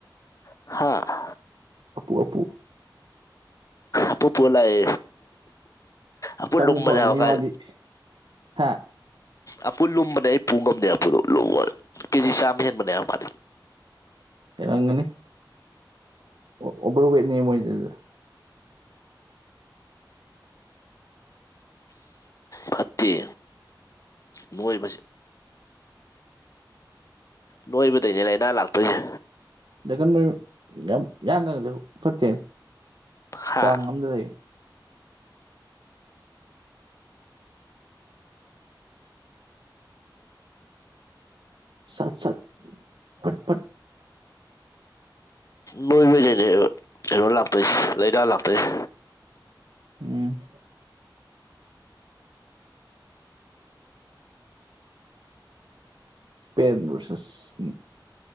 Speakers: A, on the left; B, on the right.
A: ꯍꯥꯥ
B: ꯑꯄꯨ ꯑꯄꯨ
A: ꯑꯄꯨ ꯄꯨꯔ ꯂꯥꯛꯑꯦ ꯑꯄꯨ
B: ꯁꯥꯃꯨ
A: ꯂꯨꯝꯕꯅꯦ
B: ꯐꯕꯅꯤ
A: ꯍꯥ
B: ꯃꯥꯗꯤ
A: ꯀꯥꯏ
B: ꯍꯥ
A: ꯑꯄꯨꯜ ꯂꯨꯝꯕꯅꯦ ꯑꯩ ꯄꯨ ꯉꯝꯗꯦ ꯑꯄꯨꯗꯣ ꯂꯨꯝꯕ ꯀꯦꯖꯤ ꯆꯥꯝꯃ ꯍꯦꯟꯕꯅꯦ ꯃꯗꯤ
B: ꯍꯦꯜꯂꯪꯒꯅꯤ ꯑꯣ ꯑꯣꯚꯦꯔ ꯋꯦꯠꯅꯦ ꯃꯣꯏꯗꯨꯗꯤ
A: ꯐꯠꯇꯦ ꯅꯣꯏꯕꯁꯤ ꯅꯣꯏꯕ ꯗꯩꯅꯦ ꯂꯩꯅ ꯂꯥꯛꯇꯣꯏꯖꯦ
B: ꯗꯀꯟꯅ ꯌꯥꯝ ꯌꯥꯡꯅꯖꯨ ꯐꯠꯇꯦ
A: ꯍꯥ
B: ꯆꯥꯡ ꯑꯝꯗ ꯂꯩ ꯁꯥꯠ ꯁꯠ ꯐꯠ ꯐꯠ
A: ꯅꯣꯏꯕꯩꯗꯅꯦꯕ ꯀꯩꯅꯣ ꯂꯥꯛꯇꯣꯏꯁ ꯂꯥꯏꯅ ꯂꯥꯛꯇꯣꯏꯁ
B: ꯎꯝ ꯄꯦꯟꯗ ꯔꯁꯁ